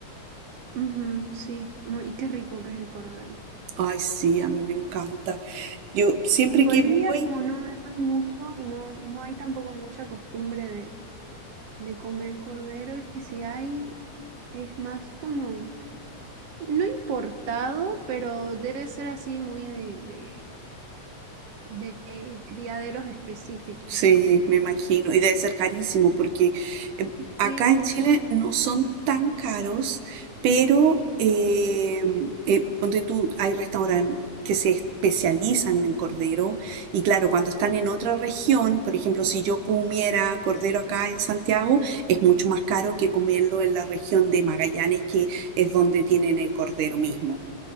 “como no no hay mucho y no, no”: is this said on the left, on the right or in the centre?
Right